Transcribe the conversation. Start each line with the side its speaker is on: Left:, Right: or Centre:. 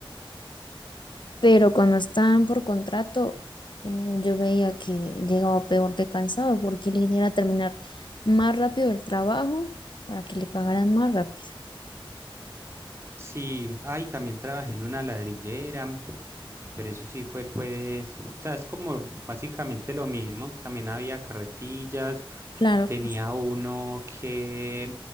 Left: Pero cuando estaban por contrato, uh, yo veía que llegaba peor de cansado porque la idea era terminar más rápido el trabajo para que le pagaran más rápido.
Right: Sí, ahí también trabajé en una ladrillera, pero eso sí fue pues, o sea, es como básicamente lo mismo. También había carretillas,
Left: Claro,
Right: tenía
Left: claro.
Right: uno que,